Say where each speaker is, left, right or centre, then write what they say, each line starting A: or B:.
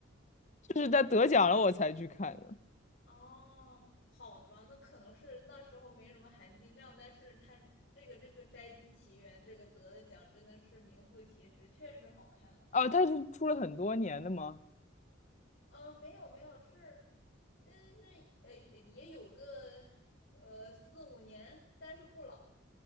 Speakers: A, on the left; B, on the left.
A: <laughs> 就是它得奖了我才去看的。
B: 哦，好的吧，那可能是那时候没什么含金量，但是他这个这个《摘金奇缘》这个得的奖真的是名副其实，确实好看啊。
A: 哦，它是出了很多年的吗？
B: 呃，没有没有，是，但是呃也也有个呃四五年，但是不老。